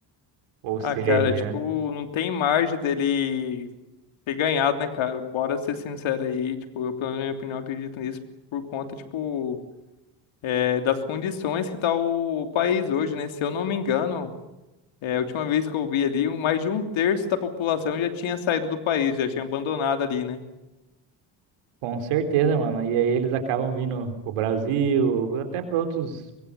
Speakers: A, on the right; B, on the left.
A: Ou
B: Ah,
A: seja,
B: cara, tipo, não tem margem dele ter ganhado, né, cara? Bora ser sincero aí. Tipo, eu, pelo menos, na minha opinião, acredito nisso por conta, tipo, é, das condições que tá o, o país hoje, né? Se eu não me engano, é, a última vez que eu vi ali, um- mais de um terço da população já tinha saído do país, já tinha abandonado ali, né?
A: com certeza, mano. E aí eles acabam vindo pro Brasil, até para outros